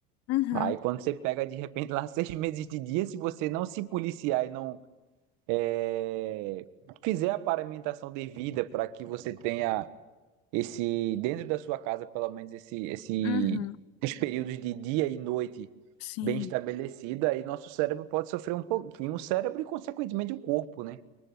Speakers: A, on the left; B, on the right.
A: uhum,
B: Aí quando você pega de repente lá <laughs> seis meses de dia, se você não se policiar e não é, fizer a paramentação devida para que você tenha esse, dentro da sua casa, pelo menos esse, esse,
A: uhum,
B: esses períodos de dia e noite
A: sim.
B: bem estabelecidos, aí nosso cérebro pode sofrer um pouquinho, o cérebro e consequentemente o corpo, né?